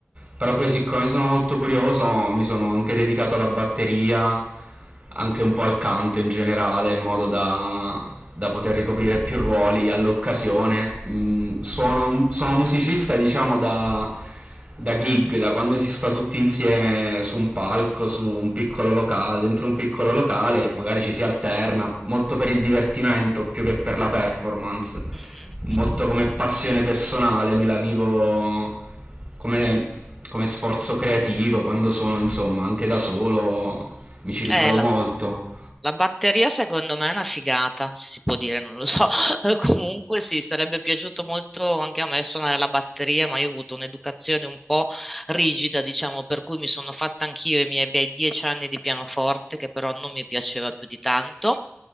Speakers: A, on the right (about 30°); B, in the centre.
A: però poi siccome sono molto curioso mi sono anche dedicato alla batteria, anche un po' al canto in generale, in modo da, da poter ricoprire più ruoli all'occasione. Mm, suono- sono musicista, diciamo, da da gig, da quando si sta tutti insieme su un palco, su un piccolo locale, dentro un piccolo locale, magari ci si alterna molto per il divertimento più che per la performance,
B: Mhm.
A: molto come passione personale, me la vivo come, come sforzo creativo quando sono insomma anche da solo, mi ci ritrovo
B: Eh, là.
A: molto.
B: La batteria secondo me è una figata, se si può dire, non lo so. <laughs> Comunque sì, sarebbe piaciuto molto anche a me suonare la batteria, ma io ho avuto un'educazione un po' rigida, diciamo, per cui mi sono fatta anch'io i miei bei dieci anni di pianoforte, che però non mi piaceva più di tanto.